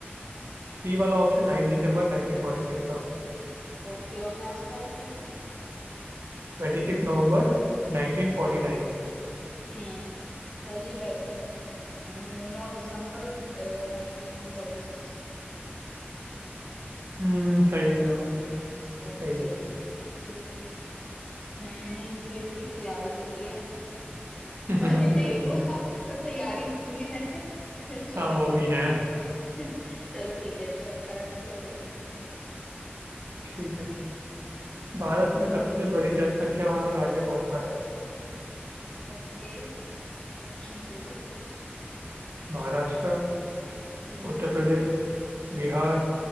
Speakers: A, on the right; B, on the left.
A: सी वाला ऑप्शन 9 दिसंबर 1946 था
B: ओके और लास्ट वाला क्या था
A: 26 नवंबर 1949
B: हम्म पहली बैठक हम्म, नौ दिसंबर नाइनटीन फोर्टी सिक्स
A: हम्म सही है जवाब सही
B: ओके
A: कहूँ
B: ब्रो मैंने यूपीएससी की तैयारी करी है
A: <laughs>
B: भले नहीं
A: सही
B: हुआ
A: भी है
B: पर तैयारी तो की है <laughs> चलो
A: हाँ वो
B: ठीक
A: भी
B: है अच्छा
A: है
B: <laughs> चलो ठीक है अच्छा अ, दूसरा क्वेश्चन पूछो
A: ठीक है भारत में सबसे बड़ी जनसंख्या वाला राज्य कौन सा है
B: ओके ऑप्शंस दे दो
A: महाराष्ट्र
B: हम्म
A: उत्तर प्रदेश
B: हम्म
A: बिहार